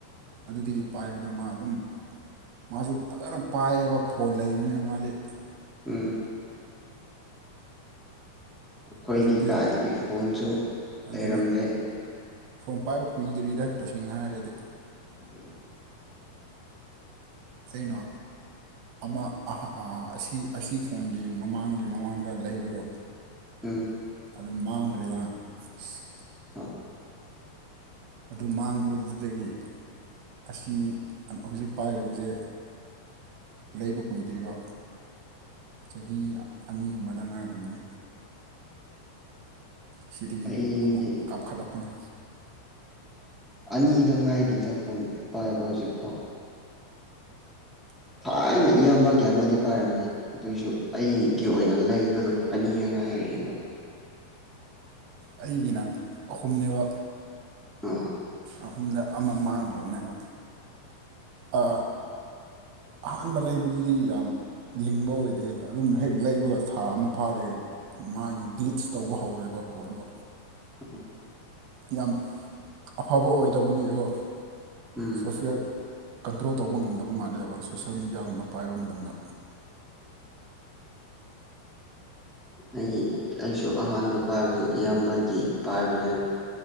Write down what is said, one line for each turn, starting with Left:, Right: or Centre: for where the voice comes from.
Right: ꯑꯗꯨꯗꯒꯤ ꯄꯥꯏꯕꯗꯣ ꯃꯥ ꯑꯗꯨꯝ ꯃꯥꯁꯨ ꯫ ꯐꯖꯅ ꯄꯥꯏꯌꯦꯕ ꯐꯣꯟ ꯂꯩꯕꯅꯤꯅ ꯃꯥꯗꯤ ꯫
Centre: ꯎꯝ ꯑꯩꯈꯣꯏꯗꯤ
Right: ꯍꯧꯖꯤꯛꯇꯤ
Centre: ꯀꯥꯏꯗꯒꯤ ꯐꯣꯟꯁꯨ ꯂꯩꯔꯝꯗꯦ꯫
Right: ꯑꯗꯨꯅꯤ ꯐꯣꯟ ꯄꯥꯏꯕ ꯀꯨꯏꯗ꯭ꯔꯤꯗ ꯇꯁꯦꯡꯅ ꯍꯥꯏꯔꯗꯤ꯫
Centre: ꯗꯅꯤ
Right: ꯑꯩꯅ ꯑꯃ ꯑꯁꯤ ꯑꯁꯤ ꯐꯣꯟꯒꯤ ꯃꯃꯥꯡꯒꯤ ꯃꯃꯥꯡꯗ ꯂꯩꯕꯗꯣ꯫
Centre: ꯎꯝ
Right: ꯑꯗꯨ ꯃꯥꯡꯈ꯭ꯔꯦꯅ ꯑꯁ
Centre: ꯑ
Right: ꯑꯗꯨ ꯃꯥꯡꯕꯗꯨꯗꯒꯤ ꯑꯁꯤ ꯍꯧꯖꯤꯛ ꯄꯥꯏꯔꯤꯕꯁꯦ ꯂꯩꯕ ꯀꯨꯏꯗ꯭ꯔꯤꯕ ꯆꯍꯤ ꯑꯅꯤꯒꯨꯝꯗꯪ ꯉꯥꯔꯤꯅꯤ꯫ ꯁꯤꯗꯒꯤ
Centre: ꯑꯩꯗꯤ
Right: ꯑꯃꯨꯛ ꯀꯥꯞꯈꯠꯂꯛꯄꯅꯤ꯫
Centre: ꯑꯅꯤꯗ ꯉꯥꯏꯔꯤꯗ ꯐꯣꯟ ꯄꯥꯏꯕ ꯍꯧꯖꯤꯛꯐꯥꯎ꯫ ꯊꯥꯏꯅ ꯏꯌꯥꯝꯕꯒꯤ ꯑꯃꯗꯤ ꯄꯥꯏꯔꯝꯃꯤ ꯑꯗꯨꯑꯣꯏꯁꯨ ꯑꯩꯒꯤ ꯑꯣꯏꯅ ꯂꯩꯕꯗꯣ ꯑꯅꯤꯗ ꯉꯥꯔꯤꯕ ꯫
Right: ꯑꯩꯒꯤꯅ ꯑꯍꯨꯝꯅꯦꯕ꯫
Centre: ꯑꯥ
Right: ꯑꯍꯨꯝꯗ ꯑꯃ ꯃꯥꯡꯈ꯭ꯔꯕꯅꯦꯕ ꯑꯥ ꯑꯍꯥꯟꯕ ꯂꯩꯕꯗꯨꯗꯤ ꯌꯥꯝ ꯂꯤꯡꯕ ꯑꯣꯏꯗꯦ ꯑꯗꯨꯝ ꯍꯦꯛ ꯂꯩꯕꯒ ꯊꯥ ꯑꯃ ꯐꯥꯗꯦ ꯃꯥꯒꯤ ꯒ꯭ꯂꯤꯠꯆ ꯇꯧꯕ ꯍꯧꯔꯦꯕ ꯐꯣꯟꯗꯣ꯫
Centre: ꯑ
Right: ꯌꯥꯝ ꯑꯐꯕ ꯑꯣꯏꯗꯕꯒꯤꯀꯣ
Centre: ꯎꯝ
Right: ꯁꯣꯐꯋꯦꯔ꯫ ꯀꯟꯇ꯭ꯔꯣꯜ ꯇꯧꯕ ꯉꯝꯗꯕ ꯃꯥꯜꯂꯦꯕ ꯁꯣꯁꯦꯜ ꯃꯦꯗꯤꯌꯥꯒꯨꯝꯕ ꯄꯥꯏꯕ ꯃꯇꯝꯗ
Centre: ꯑꯩ ꯑꯩꯁꯨ ꯑꯍꯥꯟꯕ ꯄꯥꯏꯕꯗꯨ ꯏꯌꯥꯝꯕꯒꯤ ꯄꯥꯏꯕꯅꯦꯕ